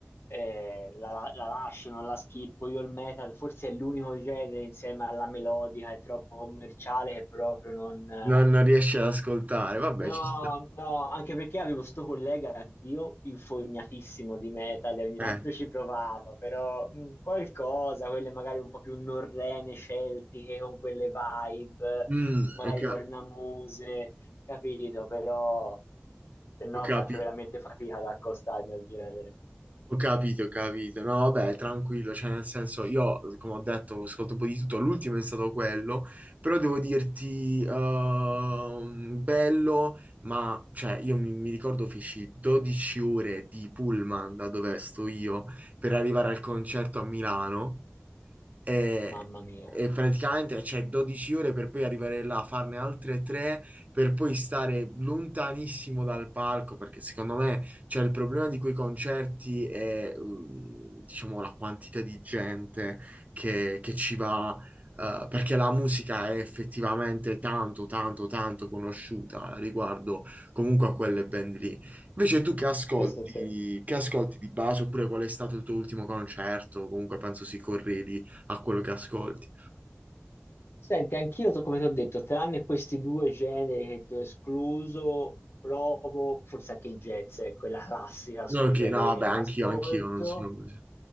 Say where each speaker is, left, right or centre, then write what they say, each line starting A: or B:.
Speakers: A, on the left; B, on the right.
A: eh, la, la- la lascio, non la schippo, io il metal forse è l'unico genere insieme alla melodica, è troppo commerciale che proprio non...
B: Non, non riesci ad ascoltare, vabbè,
A: No,
B: ci sta.
A: no, anche perché avevo sto collega anch'io, infognatissimo di metal, e ogni
B: Eh.
A: tanto ci provava, però mh, qualcosa, quelle magari un po' più norrene, celtiche, con quelle vibe,
B: Mm,
A: magari
B: ho, ca-
A: cornamuse, capito? Però se no
B: ho capi-
A: faccio veramente fatica ad accostarmi al genere,
B: ho capito, ho capito. No, vabbè, tranquillo, cioè nel senso, io, come ho detto, ascolto un po' di tutto, l'ultimo è stato quello, però devo dirti, ehm, bello, ma, cioè, io mi, mi ricordo feci 12 ore di pullman da dove sto io per arrivare al concerto a Milano. e,
A: mamma mia.
B: e praticamente c'è 12 ore per poi arrivare là, farne altre tre per poi stare lontanissimo dal palco, perché secondo me c'è il problema di quei concerti è, mm, diciamo, la quantità di gente che, che ci va. eh, perché la musica è effettivamente tanto, tanto, tanto conosciuta riguardo comunque a quelle band lì. Invece tu che ascolti,
A: Sì, sì, sì.
B: che ascolti di base, oppure qual è stato il tuo ultimo concerto? Comunque penso si corredi a quello che ascolti.
A: Senti, anch'io, so- come ti ho detto, tranne questi due generi che ti ho escluso, provo, forse anche il jazz, ecco, è la classica, sono
B: No, Ok,
A: generi
B: no, vabbè,
A: che non
B: anch'io,
A: ascolto,
B: anch'io non sono così.